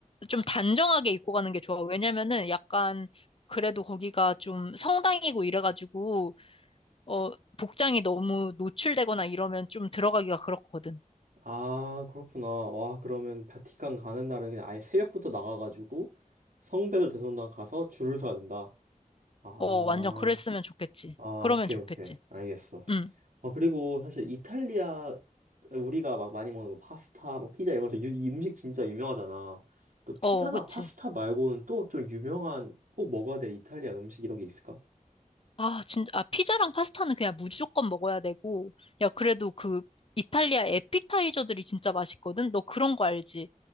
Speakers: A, on the left; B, on the right.
A: 좀 단정하게 입고 가는 게 좋아. 왜냐면은 약간, 그래도 거기가 좀 성당이고 이래가지고, 어, 복장이 너무 노출되거나 이러면 좀 들어가기가 그렇거든.
B: 아, 그렇구나. 와, 그러면 바티칸 가는 날은 그냥 아예 새벽부터 나가가지고 성베드로 대성당 가서 줄을 서야 된다. 아,
A: 어, 완전 그랬으면 좋겠지.
B: 아,
A: 그러면
B: 오케이,
A: 좋겠지.
B: 오케이. 알겠어.
A: 응,
B: 어, 그리고 사실 이탈리아, 우리가 막 많이 먹는 거 파스타, 뭐 피자 이런 거, 유, 이 음식 진짜 유명하잖아. 그 피자나
A: 어, 그치.
B: 파스타 말고는 또 좀 유명한, 꼭 먹어야 될 이탈리아 음식 이런 게 있을까?
A: 아, 진짜, 아, 피자랑 파스타는 그냥 무조건 먹어야 되고, 야, 그래도 그 이탈리아 에피타이저들이 진짜 맛있거든? 너 그런 거 알지?